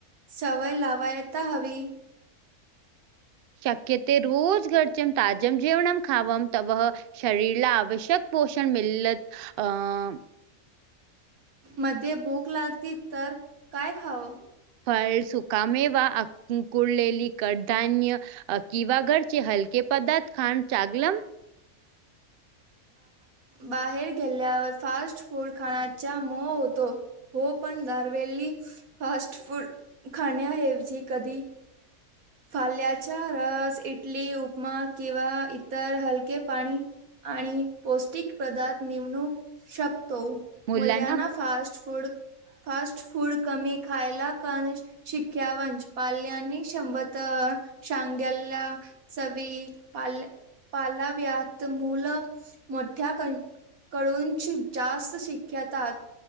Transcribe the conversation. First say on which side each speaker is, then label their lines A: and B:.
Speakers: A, on the right; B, on the right.
A: सवय लावायता हवी.
B: शक्यते रोज घर्च्याम ताजम जेवणम खावाम तव. शरीरला आवश्यक पोषण मिळलत अं.
A: मध्ये भूक लागती, तर काय खावं.
B: फळ सुखामेव अ कुळलेली कडधान्य. अ हलके पदार्थ खाण चांगलम.
A: बाहेर गेल्यावर फास्ट फूड खाण्याचा मोह होतो. हो पण दरवेली फास्ट फूड खाण्याऐवजी कधी. फाल्याचा रस इटली उपमा किंवा इतर हलके पाणी आणि पौष्टिक पदार्थ निवडू शकतो.
B: मुलांना
A: मुल्यांना फास्ट फूड फास्ट फूड कमी खायला कण शिक्यावश पाल्यानी शंभर तर शांग्याला चवी पा पालाव्यात मुल मोठ्या क कळूूनची जास्त शिकिकेतात